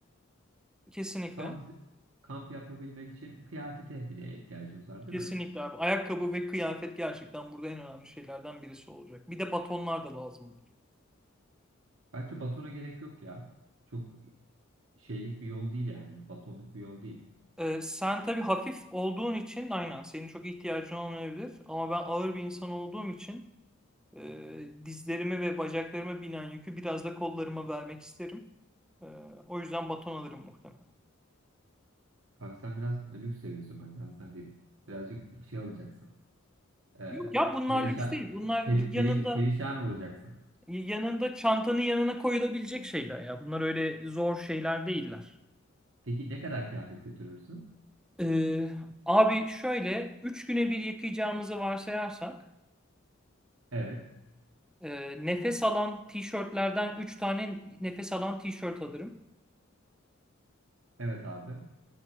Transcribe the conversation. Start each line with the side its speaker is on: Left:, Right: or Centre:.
Centre: Kesinlikle.
Right: Tamam biz kamp yapabilmek için kıyafete bir de ihtiyacımız var
Centre: Kesinlikle
Right: değil mi?
Centre: abi. Ayakkabı ve kıyafet gerçekten burada en önemli şeylerden birisi olacak. Bir de batonlar da lazım.
Right: Bence batona gerek yok ya. Çok şeylik bir yol değil yani. Batonluk bir yol değil.
Centre: Ee, sen tabii hafif olduğun için aynen senin çok ihtiyacın olmayabilir. Ama ben ağır bir insan olduğum için e, dizlerime ve bacaklarıma binen yükü biraz da kollarıma vermek isterim. Ee, o yüzden baton alırım muhtemelen.
Right: Kanka sen biraz lüks seviyorsun bak ben sana diyeyim. Birazcık şey olacaksın. E,
Centre: Yok ya bunlar
Right: perişan
Centre: lüks değil. Bunlar
Right: peri-
Centre: yanında
Right: peri- perişan olacaksın.
Centre: Yanında çantanın yanına koyulabilecek
Right: Hmm.
Centre: şeyler ya. Bunlar öyle zor şeyler değiller.
Right: Peki ne kadar kıyafet götürürsün?
Centre: Ee, abi şöyle 3 güne bir yıkayacağımızı varsayarsak
Right: Evet.
Centre: e, nefes alan tişörtlerden 3 tane nefes alan tişört alırım.
Right: Evet abi.